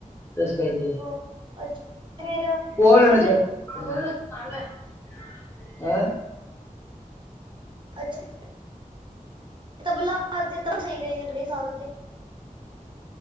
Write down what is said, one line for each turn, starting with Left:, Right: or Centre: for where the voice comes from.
Left: ਇਸ ਕਰਕੇ
Right: ਹਾਂ ਅੱਛਾ ਫਿਰ
Left: ਪਵਾ ਲੈਣੇ
Right: ਤੇ ਫਿਰ
Left: ਆ ਚਲ। <unintelligible> ਹੈਂ
Right: <unintelligible>